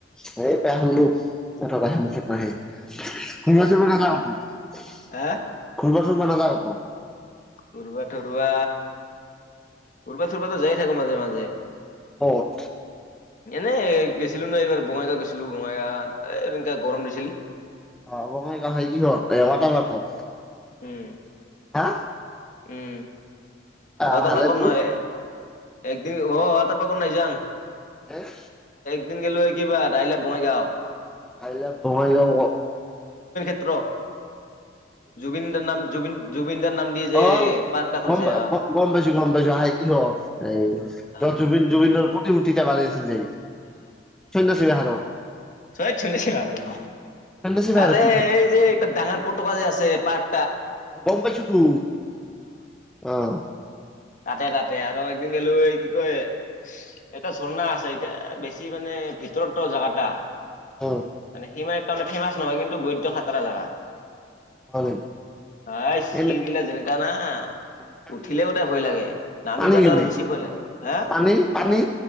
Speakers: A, in the centre; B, on the left.
A: মইয়ে বেয়া হলো <unintelligible> নাহে। <unintelligible> টো <unintelligible>
B: হা
A: তোৰ মানকাই শপত।
B: ফুৰবা- থুৰবা, ফুৰবা- থুৰবাতো যায় থাকোঁ মাজে মাজে।
A: ক'ত
B: এনে গছিলো ন এইবাৰ বঙাইগাঁও গৈছিলো বঙাইগাঁওত এ তেনেকা গৰম দিছিল।
A: আহ বঙাইগাঁও কাহাই কিহৰ এ কট বাৰ ক'ত?
B: উম
A: হা
B: উম
A: আ
B: কথাটো
A: ভালেতো
B: এ নহয়। এক দিন ৰহ তাৰ পৰা নাজাঙ।
A: আহ।
B: দিন গেলো কিবা তাহিললে বঙাইগাঁও।
A: আহিল ভমাই গ
B: কুত্ৰ জুবিন দাৰ নাম জুবিন- জুবিন দাৰ নাম দিয়ে যে
A: অ
B: পাৰ্ক টা
A: গম
B: খুলিছে আহ।
A: গম পাইছ -গম পাইছ আহ ইহ এই
B: আহ
A: ত জুবিন- জুবিন দাৰ <unintelligible> চন্যছিলৱ হত।
B: চয়ছে বাৰ নহ
A: সন্যাসীৰ বেহাৰত
B: আৰে এই যে এক ডাঙৰ পটকা যে আছে পাৰ্
A: গম পাইছোঁ টো আহ।
B: তাতে-তাতে আৰু একদিন গেলো এ কি কয় এটা ঝৰ্ণা আছে এতিয়া বেছি মানে ভিতৰতো জাগা টা।
A: অ
B: মানে সিমাই ইমান ফেমাচ নহয় কিন্তু বৈদ্য খাতৰা জেগা।
A: হয়
B: আছ
A: এনে
B: শিলগিলা যেনেকা না
A: পানী
B: উঠিলে
A: কেনে
B: ব লাগে নামিব
A: পানী কেনে
B: তাৰ বেছি ভয় লাগে হা
A: পানী পানী